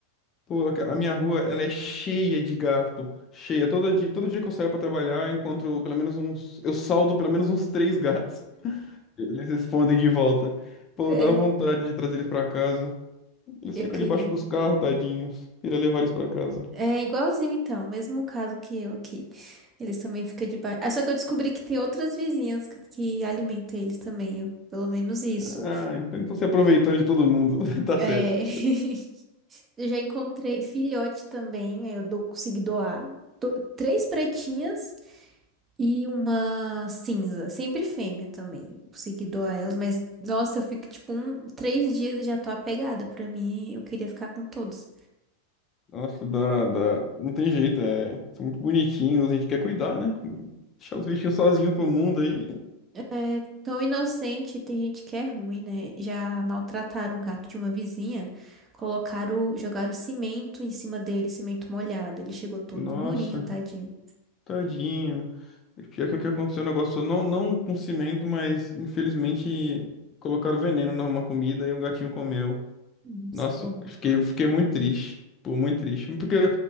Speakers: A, on the left; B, on the right.
A: Pô, a a minha rua, ela é cheia de gato. Cheia. Todo dia, todo dia que eu saio pra trabalhar, eu encontro pelo menos uns. Eu saldo pelo menos uns três gatos. Eles respondem de volta. Pô,
B: É,
A: dá vontade de trazer eles pra casa. Eles
B: eu
A: ficam
B: queria.
A: debaixo dos carros, tadinhos. Queria levar eles pra casa.
B: É igualzinho então, mesmo caso que eu aqui. Eles também ficam debaixo. Ah, só que eu descobri que tem outras vizinhas que, que alimentam eles também, eu- pelo menos isso.
A: Ah, então, então se aproveitando de todo mundo. <laughs> Tá
B: É,
A: certo.
B: <laughs> Eu já encontrei filhote também, aí eu dou, consegui doar. Do- Três pretinhas e uma cinza, sempre fêmea também. Eu Consegui doar elas, mas nossa, eu fico tipo um, três dias e já tô apegada. Pra mim, eu queria ficar com todos.
A: Nossa, dá, dá. Não tem jeito, é. São muito bonitinhos, a gente quer cuidar, né? Deixar os bichinhos sozinhos pro mundo aí.
B: É tão inocente, tem gente que é ruim, né? Já maltrataram o gato de uma vizinha, colocaram, jogaram cimento em cima dele, cimento molhado. Ele chegou todo
A: Nossa,
B: durinho, tadinho.
A: tadinho. Pior que o que aconteceu, o negócio não, não com cimento, mas infelizmente colocaram veneno numa comida e o gatinho comeu.
B: Nossa,
A: Nossa,
B: que horror.
A: fiquei, fiquei muito triste. Pô, muito triste. Porque,